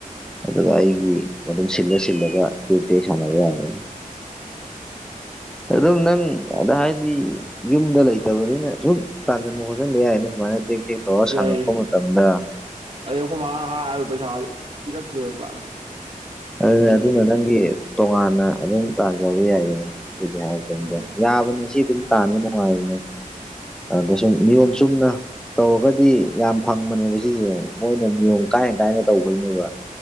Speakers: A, in the centre; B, on the right (about 35°).
A: ꯑꯗꯨꯒ ꯑꯩꯒꯤ ꯃꯝ ꯁꯤꯜꯂ ꯁꯤꯜꯂꯒ ꯇꯦꯛ ꯇꯦꯛ ꯁꯥꯟꯅꯕ ꯌꯥꯔꯦ ꯑꯗꯨꯝ ꯅꯪ ꯑꯗ ꯍꯥꯏꯗꯤ ꯌꯨꯝꯗ ꯂꯩꯇꯕꯅꯤꯅ ꯁꯨꯝ ꯇꯥꯟꯁꯤꯟꯕ ꯈꯣꯠꯆꯟꯕ ꯌꯥꯏꯅ ꯁꯨꯃꯥꯏꯅ ꯇꯦꯛ ꯆꯦꯛ ꯑ ꯁꯪꯉꯛꯄ
B: ꯌꯥꯏꯌꯦ
A: ꯃꯇꯝꯗ
B: ꯑꯩ ꯑꯩꯈꯣꯏ ꯃꯥꯔ ꯍꯥꯏꯕ ꯄꯩꯁꯥꯗꯨ ꯄꯤꯔꯛꯇ꯭ꯔꯦꯕ ꯄꯥꯛꯅ
A: ꯑꯗꯨꯅꯦ
B: ꯂꯩꯇꯦ
A: ꯑꯗꯨꯅ
B: ꯂꯩꯇꯦꯅ
A: ꯅꯪꯒꯤ ꯇꯣꯉꯥꯟꯅ ꯑꯗꯨꯝ ꯇꯥꯟꯖꯕ ꯌꯥꯏꯗꯅ ꯑꯗꯨꯗꯤ ꯍꯥꯏꯦ
B: ꯎꯝ
A: ꯌꯥꯕꯅꯤ ꯁꯤ ꯑꯗꯨꯝ ꯇꯥꯅꯕ ꯅꯨꯡꯉꯥꯏꯕꯅꯦ ꯑꯗꯨꯗ ꯁꯨꯝ ꯅꯤꯌꯣꯝ ꯆꯨꯝꯅ ꯇꯧꯔꯒꯗꯤ ꯌꯥꯝ ꯐꯪꯕꯅꯦꯕ ꯁꯤꯁꯦ ꯃꯣꯏꯅ ꯅꯤꯌꯣꯝ ꯀꯥꯏ ꯀꯥꯏꯅ ꯇꯧꯕꯩꯅꯦꯕ